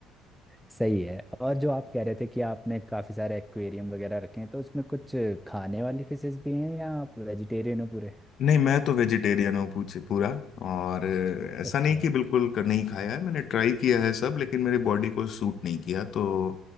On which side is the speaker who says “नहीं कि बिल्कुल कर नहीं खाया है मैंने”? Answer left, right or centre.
Left